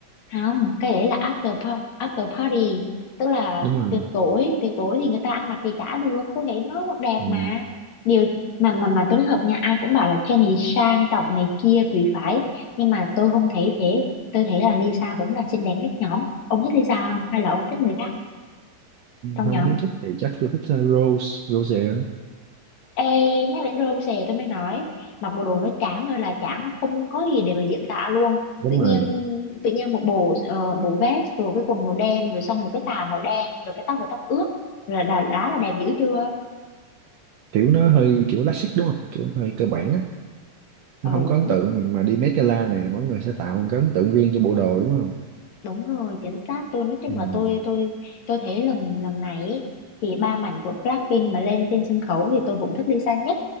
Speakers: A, on the left; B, on the right.
A: không cái đấy là after po- after party tức là
B: đúng rồi
A: tiệc tối tiệc tối thì người ta ăn mặc gì chả được có thể nó đẹp
B: ừ.
A: mà điều mà mà mà tôi nói thật nha ai cũng bảo là Jennie sang trọng này kia quý phái nhưng mà tôi không thấy thế tôi thấy là Lisa vẫn là xinh đẹp nhất nhóm ông thích Lisa không hay là ông thích người khác trong
B: không
A: nhóm
B: nếu thích thì chắc tôi thích ờ, Rose Rose á
A: Ê, nhắc đến râu xè tôi mới nói mặc bộ đồ nó chán ơi là chán nó không có gì để mà diễn tả luôn
B: đúng
A: tự nhiên
B: rồi
A: tự nhiên một bộ ờ, bộ vest rồi cái quần màu đen rồi xong một cái tà màu đen rồi cái tóc và tóc ướt rồi đã, đã là đẹp dữ chưa
B: kiểu nó hơi kiểu classic đúng không kiểu hơi cơ bản á nó
A: ừ
B: không có ấn
A: nó,
B: tượng mà, mà đi Met Gala này mỗi người sẽ tạo một cái ấn tượng riêng cho bộ đồ đúng không
A: đúng rồi chính xác tôi nói chung
B: ừ.
A: là tôi
B: Ừ.
A: tôi tôi thấy lần lần này ý, thì ba mảnh của Blackpink mà lên trên sân khấu thì tôi vẫn thích Lisa nhất